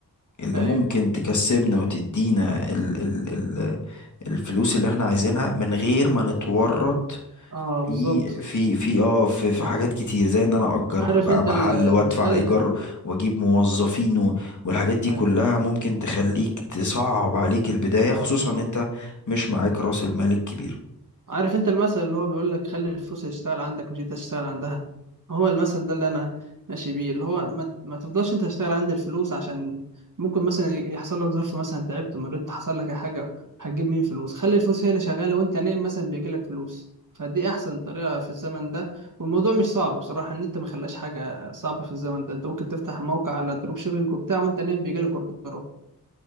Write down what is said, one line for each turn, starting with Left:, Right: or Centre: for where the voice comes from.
Left: اللي
Right: ايوه
Left: ممكن تكسبنا وتدينا ال ال ال الفلوس اللي احنا عايزينها من غير ما نتورط
Right: اه
Left: في
Right: بالظبط
Left: في في اه في, في حاجات كتير زي ان انا اجر
Right: عارف
Left: بقى
Right: انت
Left: محل
Right: ال- المثال
Left: وادفع ايجار واجيب موظفين و- والحاجات دي
Right: ايوه
Left: كلها ممكن تخليك تصعب عليك البداية
Right: اه
Left: خصوصا
Right: بالظبط
Left: ان انت مش معاك راس المال الكبير
Right: عارف انت المثل اللي هو بيقول لك خلي الفلوس تشتغل عندك مش انت تشتغل عندها هو المثل ده اللي انا ماشي بيه اللي هو ما, ما تفضلش انت تشتغل عند الفلوس عشان ممكن مثلا يحصل لك ظرف مثلا تعبت مريت حصل لك حاجة هتجيب مين فلوس خلي الفلوس هي اللي شغالة وانت نايم مثلا بيجي لك فلوس فدي احسن طريقة في الزمن ده والموضوع مش صعب بصراحة ان انت ما خلاش حاجة صعبة في الزمن ده انت ممكن تفتح موقع على دروب شيبينج وبتاع وانت نايم بيجي لك اوردرات